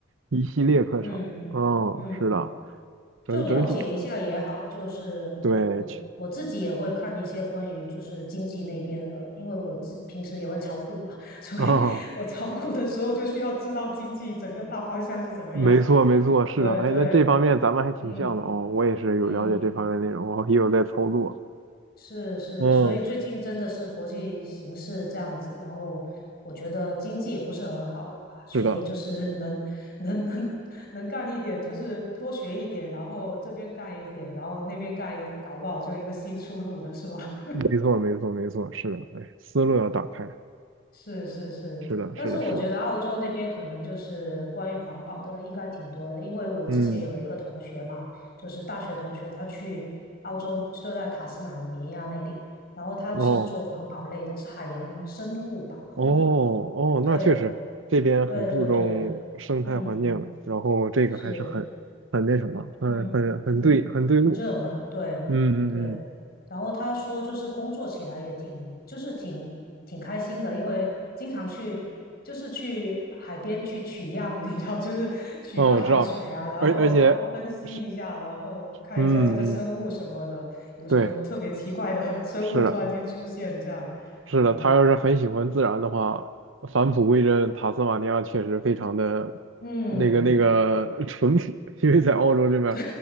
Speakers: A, on the right; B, on the left.
A: 一系列课程。
B: 嗯
A: 嗯，
B: 嗯，
A: 是的，
B: 就了解一下也好。
A: 整整体
B: 就是我我我自己也会看一些关于就是经济那边的，
A: 对，去
B: 因为我自平时也会炒股嘛，<laughs> 所以我炒股的时候就需要知道经济整个大方向是怎么样的。
A: 哦，没错，没错，是的。
B: 对对，
A: 哎，那这方面咱们还挺像的哦。
B: 嗯
A: 我也是有了解这方面内容，
B: 嗯。
A: 我也有在操作。
B: 是是，
A: 嗯，
B: 所以最近真的是国际形势这样子，然后我觉得经济也不是很好，所以就是能能能能干一点，
A: 是的，
B: 就是多学一点，然后这边干一点，然后那边干一点，搞不好就一个新出路的是吧？
A: 没错，没错，没错，是的。哎，思路要打开。
B: 是是是，
A: 是的，
B: 但是我觉得澳洲那边可能就是关于环保的应该挺多的，
A: 是的，是的。
B: 因为我之前有一个同学嘛，
A: 嗯，
B: 就是大学同学，他去澳洲就在塔斯马尼亚那里，然后他是做环保类的，
A: 哦。
B: 是海洋生物保护吧？
A: 哦哦，
B: 对
A: 那确实这边很注重生态环境了，
B: 对对对，对，嗯，
A: 然后这个还是很很那什么，
B: 是。
A: 很很很对很对路。
B: 嗯嗯，很热门，对对。
A: 嗯嗯嗯，
B: 然后他说，就是工作起来也挺，就是挺挺开心的，因为经常去，就是去海边去取样，<laughs> 你知道，就是取个海水啊，
A: 哦，我知道，
B: 然后然后分析一下，
A: 而而且是
B: 然后看一下这个生物什么的，
A: 嗯嗯
B: 有什么特别奇怪的
A: 对，
B: <laughs> 生物突然间出现，
A: 是的，
B: 这样，
A: 是的，
B: 嗯
A: 他要是很喜欢自然的话，返璞归真，塔斯马尼亚确实非常的
B: 嗯，
A: 那个那个 <laughs> 淳朴，因为在澳洲这边，
B: 对，